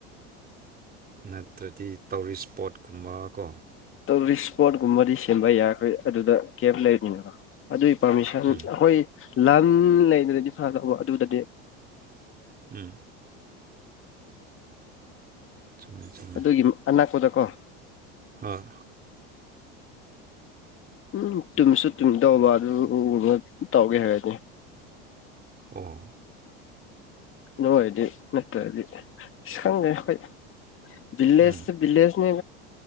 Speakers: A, on the right; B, on the left.
A: ꯅꯠꯇ꯭ꯔꯗꯤ ꯇꯧꯔꯤꯁ ꯏꯁꯄꯣꯠꯀꯨꯝꯕ ꯀꯣ
B: ꯇꯨꯔꯤꯁ ꯏꯁꯄꯣꯠꯀꯨꯝꯕꯗꯤ ꯁꯦꯝꯕ ꯌꯥꯈꯦ ꯑꯗꯨꯗ ꯀꯦꯞ ꯂꯩꯕꯅꯤꯅꯅ ꯑꯗꯨꯏ ꯄꯥꯔꯃꯤꯁꯟ
A: ꯎꯝ
B: ꯑꯩꯈꯣꯏ ꯂꯝ ꯂꯩꯗꯅꯗꯤ ꯐꯗꯧꯕ ꯑꯗꯨꯗꯗꯤ
A: ꯎꯝ ꯆꯨꯝꯃꯦ ꯆꯨꯝꯃꯦ
B: ꯑꯗꯨꯒꯤ ꯑꯅꯥꯛꯄꯨꯗꯀꯣ
A: ꯍꯣꯏ
B: ꯎꯝ ꯇꯨꯝꯁꯨ ꯇꯨꯝ ꯇꯧꯕ ꯑꯗꯨꯕ ꯇꯧꯒꯦ ꯍꯥꯏꯔꯗꯤ
A: ꯑꯣ
B: ꯑꯗꯨ ꯑꯣꯏꯔꯗꯤ ꯅꯠꯇ꯭ꯔꯗꯤ ꯁ ꯈꯪꯉꯦ ꯑꯩꯈꯣꯏ ꯕꯤꯂꯦꯁ
A: ꯎꯝ
B: ꯕꯤꯂꯦꯁꯅꯤ